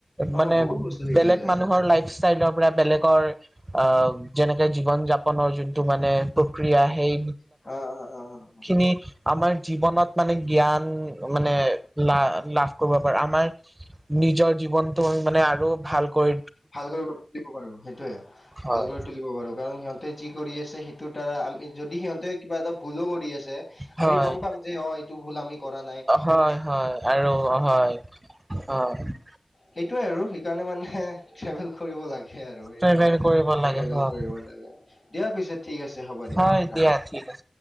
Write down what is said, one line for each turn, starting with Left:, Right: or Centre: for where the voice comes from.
Left: অ
Right: মানে
Left: বহুত বস্তু শিকা
Right: বেলেগ
Left: যায়
Right: মানুহৰ লাইফ ষ্টাইলৰ পুৰা বেলেকৰ অ', যেনেকে জীৱন যাপনৰ যোনটো মানে প্ৰক্ৰিয়া সেই
Left: অ',
Right: মি আমাৰ জীৱনত মানে জ্ঞান মানে লা-লাভ কৰিব পাৰো আমাৰ নিজৰ জীৱনটো মানে আৰু ভাল কৈ
Left: ভাল কৰি তুলিব পাৰো সেইটোয়ে
Right: হয়
Left: ভাল কৰি তুলিব পাৰো কাৰণ সিহ টে যি কৰি আছে সেইটোৰ দ্বাৰা আমি যদি সিহঁতে কিবা এটা ভুলো কৰি আছে
Right: হয়
Left: আমি গম পাম যে অ'এইটো ভুল আমি কৰা নাই।
Right: হয়, হয়, আৰু হয়, হয়।
Left: সেইটোৱে আৰু সেইকাৰণে মানে ট্ৰেভেল কৰিব লাগে আৰু সেইটোয়ে।
Right: পেমেণ্ট কৰিব
Left: ট্ৰেভেল
Right: লাগে হয়
Left: কৰিব লাগে, দিয়া পিছে ঠিক আছে হ'ব দিয়া
Right: হয়
Left: ৰাখিছো।
Right: ঠিক আছে